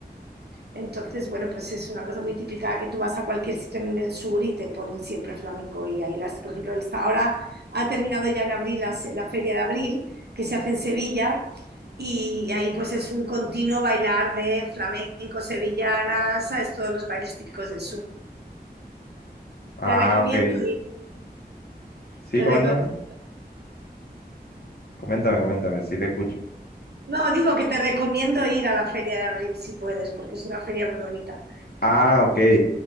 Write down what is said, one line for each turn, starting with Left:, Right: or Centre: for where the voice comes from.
Right: Entonces, bueno, pues es una cosa muy típica que tú vas a cualquier sitio en el sur y te ponen siempre flamenco. Y ahí las, por ejemplo, está- ahora ha terminado ya en abril la, se- la Feria de Abril, que se hace en Sevilla, y ahí pues es un continuo bailar de flamenco, sevillanas, ¿sabes? Todos los bailes típicos del sur.
Left: Ah,
Right: Te recomiendo
Left: ok.
Right: ir,
Left: Sí,
Right: te
Left: coméntame,
Right: recomiendo.
Left: coméntame, coméntame, sí te escucho.
Right: No, digo que te recomiendo ir a la feria de abril si puedes, porque es una feria muy bonita.
Left: Ah, ok.